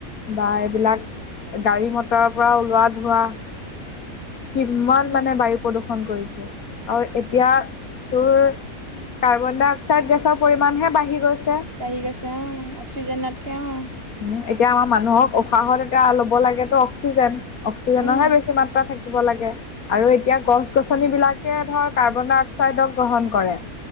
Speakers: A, on the left; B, on the right.
A: বা এইবিলাক গাড়ী মটৰৰ পৰা ওলোৱা ধোঁৱা, কিমান
B: উম
A: মানে বায়ু প্ৰদূ্ষণ কৰিছে আৰু এতিয়া তোৰ কাৰ্বন ডাই অক্সাইড গেছৰ পৰিমাণহে বাঢ়ি গৈছে।
B: বাঢ়ি গৈছে অ, অক্সিজেন তকে অ',
A: উ, এতিয়া আমাৰ মানুহক উশাহত এতিয়া ল'ব লাগেতো অক্সিজেন অক্সিজেনৰহে
B: উম
A: বেছি মাত্ৰা থাকে। থাকিব লাগে আৰু এতিয়া গছ গছনিবলাকে ধৰ কাৰ্বন ডাই অক্সাইডক গ্ৰহণ কৰে।